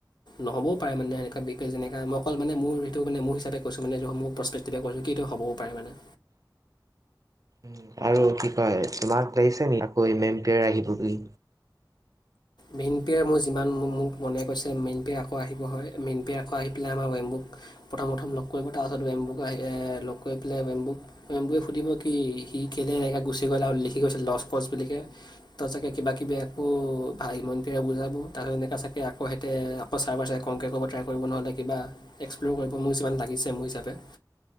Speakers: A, on the left; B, on the right.
A: নহ'বও পাৰে মানে বি যেনেকা মই অকল মান মোৰ সেইটো মোৰ হিচাপে কৈছো মানে মোৰ প্ৰস্পেক্টি। তেতিয়া কৈছো কি এই হ'বও পাৰে মানে।
B: উম আৰু কি কয় তোমাক লাগিছে নেকি আকৌ মেইনপিয়েৰ আহিব বুলি।
A: মেইনপেয়াৰ মোৰ যিমান মোক মনে কৈছে মেইন পেয়াৰ আকৌ আহিব হয় মেইন পেয়াৰ আকৌ আহি পেলাই আমাৰ ৱেম্বুক। প্ৰথম প্ৰথম লগ কৰিব তাৰ পাছত ৱেমবুক আহি লগ কৰি পেলাই ৱেমবুক ৱেমবুক সুধিব কি সি কেলে এনেকৈ গুচি গ'ল আৰু লিখি গৈছে লজ কচ বুলিকে। ত চাগে কিবাকিবি আকৌ আইমণ পিৰে বুজাব তাৰ এনেকুৱ চাগৈ আকৌহঁতে আকৌ চাইবাৰ চাই কংকে ক'ব ট্ৰাই কৰিব নহ' কিবা এক্সপ্ল'ৰ কৰিব মোক যিমান লাগিছে মোৰ হিচাপে।